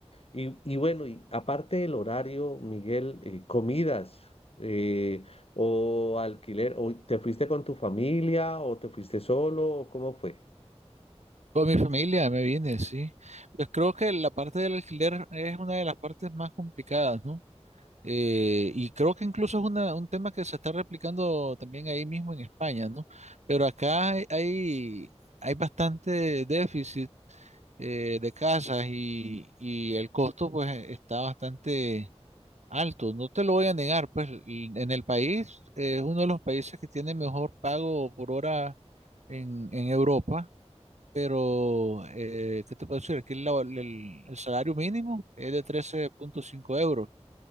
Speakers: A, on the left (about 60°); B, on the right (about 85°).
A: Y, y bueno, y aparte del horario, Miguel, eh, comidas eh, o alquiler, o ¿te fuiste con tu familia o te fuiste solo o cómo fue?
B: Con mi familia me vine, sí. Pues creo que la parte del alquiler es una de las partes más complicadas, ¿no? Eh, y creo que incluso es una, un tema que se está replicando también ahí mismo en España, ¿no? Pero acá hay, hay, hay bastante déficit eh, de casas y, y el costo pues e, está bastante alto. No te lo voy a negar, pues l- en el país eh, es uno de los países que tiene mejor pago por hora en, en Europa pero, eh, ¿qué te puedo decir? Aquí la- el, el salario mínimo es de trece punto cinco euros